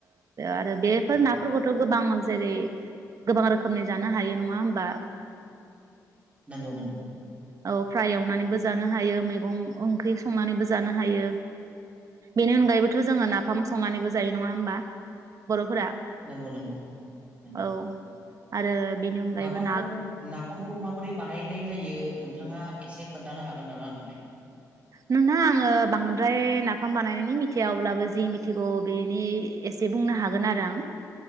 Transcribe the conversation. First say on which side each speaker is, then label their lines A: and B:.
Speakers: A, on the right; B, on the right.
A: आरो बेफोर
B: औ
A: नाफोरखौ गोबां जेरै गोबां रोखोमनि जानो हायो नङा होमबा
B: नंगौ नंगौ
A: औ फ्राय एवनानैबो जानो हायो मैगं ओंख्रि संनानैबो जानो हायो बेनि अनगायैबोथ' जोङो नाफाम संनानैबो जायो नङा होमबा बर'फोरा
B: नंगौ नंगौ नंगौ
A: औ आरो बेनि अनगायैबो
B: नाफामखौ
A: ना
B: नाफामखौ माबोरै बानायनाय जायो नोंथाङा एसे खोन्थानो हागोन नामा आंनोलाय
A: नोंथां आङो बांद्राय नाफाम बानायनायनि मिथिया अब्लाबो जि मिथिगौ बेनि एसे बुंनो हागोन आरो आं